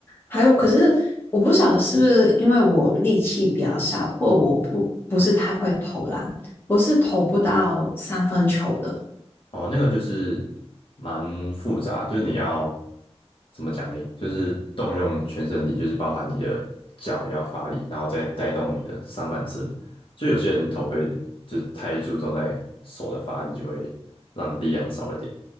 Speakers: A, on the left; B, on the left.
A: 还有可是我不晓得是不是因为我力气比较小，或我不不是太会投篮，我是投不到三分球的。
B: 哦，那个就是蛮复杂，就是你要怎么奖励，就是动用全身力，就是包含你的脚也要发力，然后再带动你的上半身。就有些人头会就是太注重在手的发力，就会让你的力量少了点，